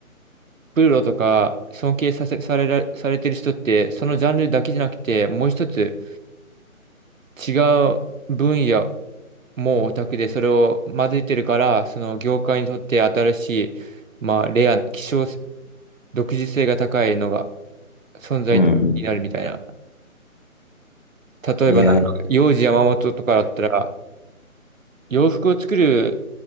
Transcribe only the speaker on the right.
プロとか尊敬させ、されら、されてる人って、そのジャンルだけじゃなくて、もう一つ違う分野もオタクで、それを混ぜてるから、その業界にとって新しい、まあ、レア、希少、独自性が高いのが存在になるみたいな。
例えばなんか、
幼児山本とかだったら、洋服を作る